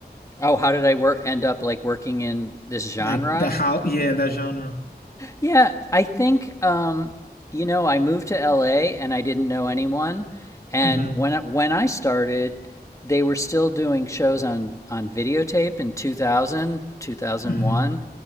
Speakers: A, on the left; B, on the left.
A: Oh, how did I work end up like working in this genre?
B: Like the how, yeah, that genre.
A: Yeah, I think um, you know I moved to LA and I didn't know anyone, and
B: Mm-hmm.
A: when I, when I started, they were still doing shows on on videotape in two thousand two thousand
B: Mm-hmm.
A: one,